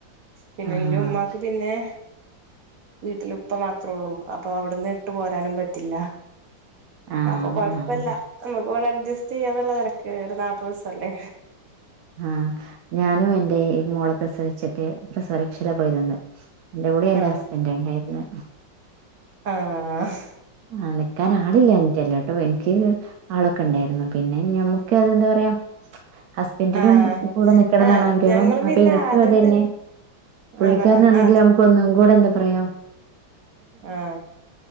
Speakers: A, on the right; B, on the right.
A: പിന്നെ
B: ആഹ്
A: എന്റെ ഉമ്മ പിന്നെ വീട്ടില് ഉപ്പ മാത്രേ ഉള്ളൂ അപ്പൊ അവിടുന്ന് ഇട്ട് പോരാനും പറ്റ റ്റില്ല
B: ആഹ്
A: അപ്പൊ കൊഴപ്പല്ല
B: ആഹ്
A: നമുക്ക് ഇവിടെ അഡ്ജസ്റ്റ് ചെയ്യാന്നുള്ള നിലക്ക് ഒരു നാല്പത്ദിവസ അല്ലേ.
B: ആഹ് ഞാനും എന്റെ മോളെ പ്രസവിച്ചിട്ട് പ്രസവരക്ഷല പോയി നിന്നെ എന്റെ കൂടെ എന്റെ
A: ആ
B: ഹസ്ബന്റാ ണ്ടായിരുന്നെ.
A: ആഹ്
B: ആഹ നിക്കാൻ ആളില്ലഞ്ഞിട്ടല്ലേ ട്ടോ എനിക്ക് ആളൊക്കെ ഉണ്ടായിരുന്നു പിന്നെ ഞമ്മുക്ക് അതെന്താ പറയാ. ഹസ്ബൻന്റിനും
A: ആ
B: കൂടെ നിക്കണം
A: ആ
B: എന്നാണ് ആഗ്രഹം
A: ഞങ്ങള് പിന്നെ
B: അപ്പൊ എനിക്കും
A: ആദ്യം
B: അത് തന്നെ പുള്ളിക്കാരനാണെങ്കിൽ
A: ആ ആ
B: നമുക്ക് ഒന്നും കൂടെ എന്താ പറയാം
A: ആഹ്